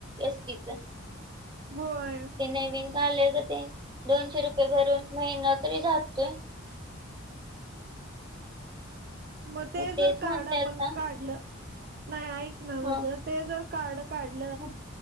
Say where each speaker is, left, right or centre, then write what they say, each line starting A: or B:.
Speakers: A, on the right; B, on the right.
A: एस टीच
B: होय
A: नवीन काय ते दोनशे रुपये भरून महिना तरी जाततोय
B: मग ते
A: तेच
B: जर
A: म्हणते
B: कार्ड आपण
A: आता
B: काढलं नाही ऐक ना माझ
A: हं,
B: ते जर कार्ड काढ
A: हं,